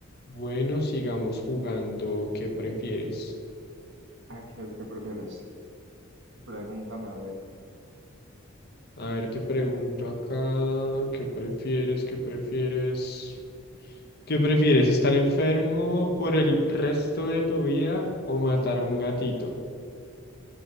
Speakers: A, on the left (about 50°); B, on the right (about 60°).
A: Bueno, sigamos jugando. ¿Qué prefieres?
B: Aquel que prefieres. Pregúntame, a ver.
A: A ver, te pregunto acá, ¿qué prefieres? ¿Qué prefieres? ¿Qué prefieres? ¿Estar enfermo por el resto de tu vida o matar a un gatito?